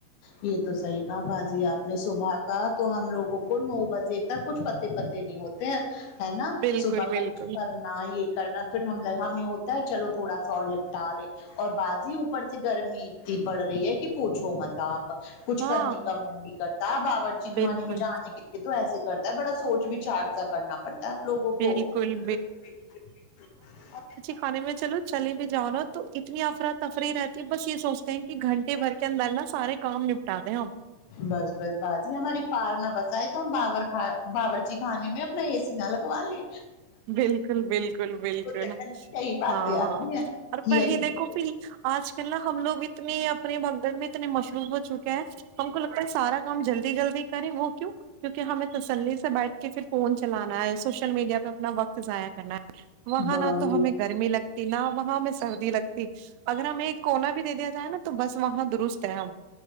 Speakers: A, on the left; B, on the right.
A: یہ تو صحیح کہا باجی آپ نے صبح کا تو ہم لوگوں کو نو بجے تک کچھ پتے پتے نہیں ہوتے پ ہے نا
B: بالکل
A: صبح
B: بالکل
A: <unintelligible> کرھرنا یہ کرنا پھر ہم لگو ہمیں ہوتا ہے چلو تھوڑا سا اور لپٹا لے اور بعض جی اوپر سے گرمی اتنی پڑ رہی ہے کہ پوچھو مت آپ کچھ
B: ہاں
A: کرنے کا من بھی کرتا ہے باورچی
B: بالکل
A: خانے میں جانے کے یہ تو ایسے کرتا ہے بڑا سوچ وچار کرنا پڑتا ہے ہم لوگوں کو
B: بالکل
A: بلکل بلکل بلکل
B: کھانے میں چلو چلے بھی جانو تو اتنی افرا تفری رہتی ہے بس یہ سوچتے ہیں کہ گھنٹے بھر کے اندر نا سارے کام نپٹا دیں آپ
A: بس بس بازی ہماری پارنا بسا آئے تو ہم باور باورچی خانے میں نا اے سی نا لگوا لے
B: بالکل بالکل بالکل
A: ذہن میں یہی باتیں
B: ہاں
A: آتی
B: ہاں
A: ہیں
B: اور
A: کہ
B: وہی
A: یہی
B: دیکھو پھر آج کل نا ہم لوگ اتنے اپنے بگدڑ میں اتنے مشروب ہو چکے ہیں ہم کو لگتا ہے سارا کام جلدی جلدی کریں وہ کیوں کیوںکہ ہمیں تسلی سے بیٹھ کے پھر فون چلانا ہے سوشل میڈیا پہ اپنا وقت ضائع کرنا ہے
A: کریں
B: وہاں نہ تو
A: یہ
B: ہمیں گرمی لگتی نہ وہاں ہمیں سردی لگتی اگر ہمیں کونا بھی دے دیا جائے نا تو بس وہاں درست ہے ہم